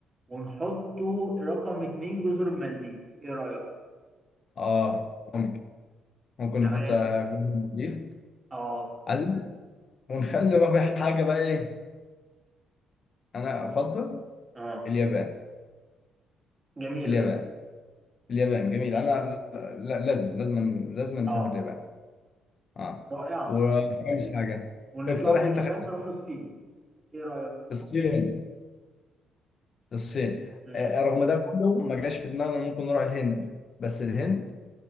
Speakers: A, on the right (about 25°); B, on the left (about 45°).
A: ونحطه رقم اتنين جزر المالديف ايه رأيك؟
B: اه ممكن ممكن
A: تمام
B: نحط جزر المالديف
A: اه
B: عايزين ونخلي رابع حاجه بقى ايه انا افضل
A: اه
B: اليابان
A: جميلة
B: اليابان اليابان جميل انا لا لازم لازم لازم نسافر
A: اه
B: اليابان اه
A: رائعة
B: وخامس حاجه
A: ونطلع
B: اقترح
A: من
B: انت
A: اليابان
B: خامس
A: نروح الصين ايه رأيك؟
B: الصين الصين
A: امم
B: آه، رغم ده كله ما جاش في دماغنا إن ممكن نروح الهند بس الهند